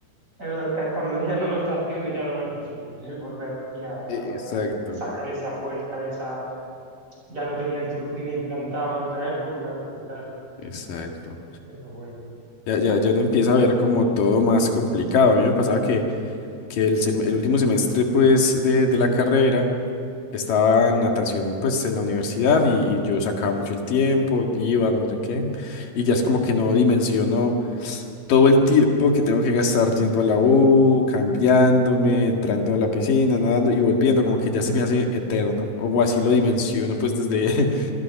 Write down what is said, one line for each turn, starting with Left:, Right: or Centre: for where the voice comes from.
Right: el- es cuando ya no lo estás haciendo ya lo ves difícil, el volver, hostia, ahora
Left: exacto,
Right: sacar esa fuerza, esa, ya lo tenía en tu rutina implantado en otra época, pero claro,
Left: exacto.
Right: pero bueno.
Left: Ya, ya, ya no empieza a ver como todo más complicado. A mí me pasaba que, que el, sem- el último semestre, pues, de, de la carrera, estaba en natación, pues, en la universidad y, y yo sacaba mucho el tiempo, iba, no sé qué, y ya es como que no dimensiono todo el tiempo que tengo que gastar yendo a la U, cambiándome, entrando a la piscina, nadando y volviendo, como que ya se me hace eterno, o así lo dimensiono pues desde, <laughs>